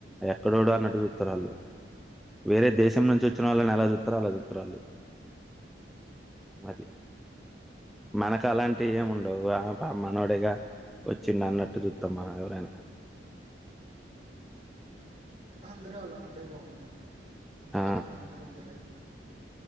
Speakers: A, in the centre; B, on the right (about 40°).
A: ఎక్కడోడొ అన్నట్టు చుత్తరాళ్ళ వేరే దేశం నుంచి వచ్చిన వాళ్ళని ఎలా చుత్తరొ అలా చుత్తరుఆళ్ళు అది మనకు అలాంటి ఏమి ఉండవు మనోడేగా వచ్చిం అన్నట్టు
B: హ్మ్
A: చూత్తం మనం ఎవరైనా
B: అందరూ అలా ఉంటే బావుంటది
A: ఆ
B: కానీ అందరూ ఉండలేరు